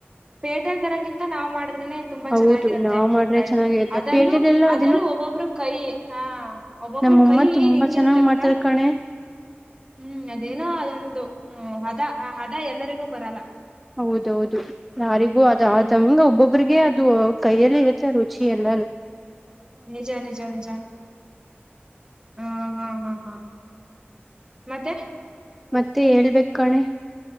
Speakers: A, on the right; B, in the centre.
A: ಪೇಟಲ್ ತರಗಿಂತ ನಾ್ ಮಾಡ ತುಂಬಾ
B: ಹೌದು
A: ಚೆನ್ನಾಗಿರತ್ತೆ
B: ನಾವ್
A: ಉಪ್ಪಿನಕಾಯಿ
B: ಮಾಡ್ರೆ ಚೆನ್ನಾಗಿರುತ್ತೆ
A: ಅದಲ್ಲೂ
B: ಪೇಟೆಲೆಲ್ಲ
A: ಅದಲ್ಲೂ
B: ಅದೇನೋ
A: ಒಬ್ಬೊಬ್ಬರು ಕೈಿ ಹ ಒಬ್ಬೊಬ್ಬರು
B: ನಮ್ಮಮ್ಮ
A: ಕೈಿ
B: ತುಂಬಾ
A: ಹೆಂಗಿರುತ್ತೆ
B: ಚೆನ್ನಾಗ್
A: ಗತ್ತ
B: ಮಾಡ್ತಾರ್ ಕಣೆ
A: ಹ್ಮ್ ಅದೇನೋ ಅದೊಂದು ಹ್ಮ್ ಹದ ಆ ಹದ ಎಲ್ಲರಿಗೂ ಬರಲ್ಲ
B: ಹೌದೌದು ಯಾರಿಗೂ
A: ಹ್ಮ್
B: ಅದಾದಂಗ ಒಬ್ಬೊಬ್ರಗ ಇದು ಕೈಯಲ್ಲಿ ಇರುತ್ತೆ ರುಚಿ ಎಲ್ಲ
A: ನಿಜ ನಿಜ ನಿಜಾ ಹ ಹಾ ಹಾ ಹಾ ಮತ್ತೆ
B: ಮತ್ತೆ ಹೇಳ್ಬೇಕ ಕಣೆ